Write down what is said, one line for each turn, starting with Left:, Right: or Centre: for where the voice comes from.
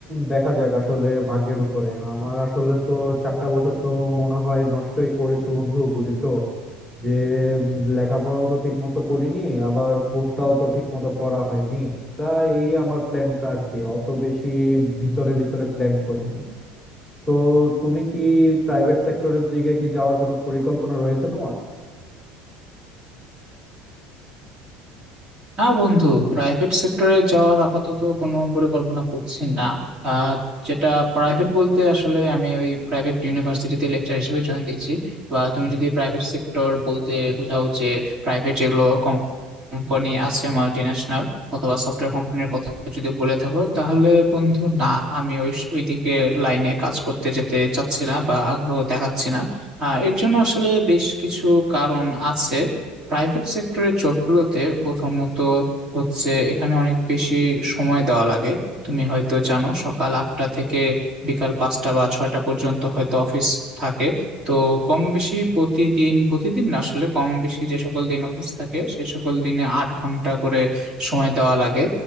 Centre: দেখা যাক আসলে ভাগ্যের উপরে আমার আসলে তো চারটা বছর তো মনে হয় নষ্টই করেছি বন্ধু বুঝেছো যে উম, লেখাপড়াও তো ঠিক মতো করিনি আবার কোর্সটাও তো ঠিক মতো করা হয়নি তা এই আমার প্ল্যানটা আর কি অত বেশি ভিতরে ভিতরে প্ল্যান করিনি তো তুমি কি প্রাইভেট সেক্টরের দিকে কি যাওয়ার কোনো পরিকল্পনা রয়েছে তোমার
Right: না বন্ধু প্রাইভেট সেক্টরে যাওয়ার আপাতত কোনো পরিকল্পনা করছি না আহ, যেটা প্রাইভেট বলতে আসলে আমি ওই প্রাইভেট ইউনিভার্সিটিতে লেকচার হিসেবে জয়েন দিচ্ছি বা তুমি যদি প্রাইভেট সেক্টর বলতে বোঝাও যে প্রাইভেট যেগুলো কোম্পানি আছে মাল্টি ন্যাশনাল অথবা সফটওয়্যার কোম্পানির কথা যদি বলে থাকো তাহলে বন্ধু না আমি ওই ওই দিকে লাইনে কাজ করতে যেতে চাচ্ছি না বা আগ্রহ দেখাচ্ছি না আহ, এর জন্য আসলে বেশ কিছু কারণ আছে প্রাইভেট সেক্টরের জবগুলোতে প্রথমত হচ্ছে এখানে অনেক বেশি সময় দেওয়া লাগে তুমি হয়তো জানো সকাল আটটা থেকে বিকাল পাঁচটা বা ছয়টা পর্যন্ত হয়তো অফিস থাকে তো কম বেশি প্রতিদিন প্রতিদিন না আসলে কম বেশি যে সকল দিন অফিস থাকে সে সকল দিনে আট ঘন্টা করে সময় দেওয়া লাগে